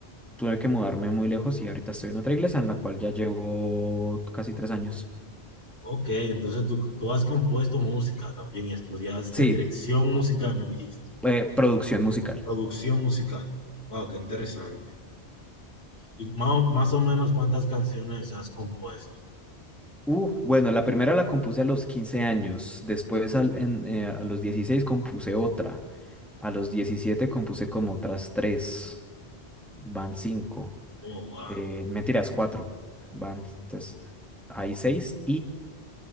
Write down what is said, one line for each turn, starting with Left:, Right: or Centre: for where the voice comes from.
Centre: tuve que mudarme muy lejos y ahorita estoy en otra iglesia en la cual ya llevo casi tres años.
Left: ok. Entonces tú, tú has compuesto música también y estudiaste
Centre: Sí,
Left: dirección musical, me dijiste.
Centre: eh, producción musical.
Left: Producción musical. Wow, qué interesante. Y más, o- más o menos cuántas canciones has compuesto.
Centre: Uf, bueno, la primera la compuse a los 15 años, después al- en, eh, a los 16 compuse otra, a los 17 compuse como otras tres, van cinco,
Left: Oh, wow.
Centre: eh, mentiras, cuatro, van, entonces, hay seis